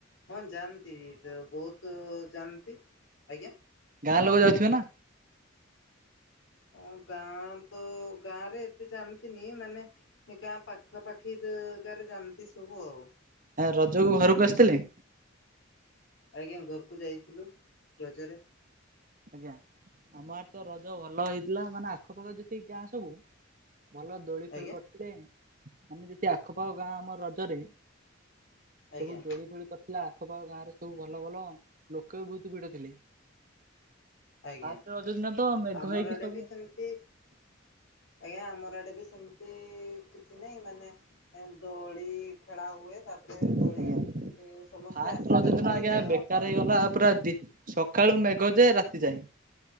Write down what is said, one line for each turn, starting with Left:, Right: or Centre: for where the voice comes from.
Left: ହଁ ଯାଆନ୍ତି ତ ବହୁତ ଯାଆନ୍ତି। ଆଜ୍ଞା?
Right: ଗାଁ ଲୋକ ଯାଉଥିବେ ନା?
Left: ହଁ ଗାଁ ତ ଗାଁରେ ଏତେ ଯାଆନ୍ତିନି, ମାନେ ଏ ଗାଁ ପାଖାପାଖି ଗାଁରେ ଯାଆନ୍ତି ସବୁ ଆଉ।
Right: ଏ ରଜ ଘରକୁ ଆସିଥିଲେ?
Left: ଆଜ୍ଞା ଘରକୁ ଯାଇଥିଲୁ ରଜରେ।
Right: ଆଜ୍ଞା। ଆମ ଆଡ଼େ ତ ରଜ ଭଲ ହେଇଥିଲା, ମାନେ ଆଖପାଖ ଯେତିକି ଗାଁ ସବୁ ଭଲ ଦୋଳି
Left: ଆଜ୍ଞା
Right: ଫୋଳି ପଡ଼ିଥିଲେ, ଆମେ ଯଦି ଆଖପାଖ ଗାଁ ଆମ ରଜରେ ସବୁ
Left: ଆଜ୍ଞା
Right: ଦୋଳି ଫୋଳି ପଡିଥିଲା ଆଖପାଖ ଗାଁରେ ସବୁ ସବୁ ଭଲ ଭଲ, ଲୋକେ ବି ବହୁତ ଭିଡ ଥିଲେ।
Left: ଆଜ୍ଞା।
Right: ଫାଷ୍ଟ ରଜ ଦିନ ତ ମେଘ
Left: ଆମର
Right: ହେଇକି
Left: ଆଡେ
Right: ସବୁ
Left: ବି ସେମତି ଆଜ୍ଞା ଆମର ଏଡେ ବି ସେମି ତି କିଛି ନାହିଁ, ମାନେ ଦୋଳି ଖେଳା ହୁଏ ତାପରେ ଦୋଳି
Right: ଆଜ୍ଞା
Left: ଏ ସମସ୍ତେ
Right: ଫାଷ୍ଟ
Left: ଆସିଥାନ୍ତି
Right: ରଜ ଦିନ ଆଜ୍ଞା
Left: ତ
Right: ବେକାର ହେଇଗଲା ପୁରା ଦି ସକାଳୁ ମେଘ ଯେ ରାତି ଯାଏ।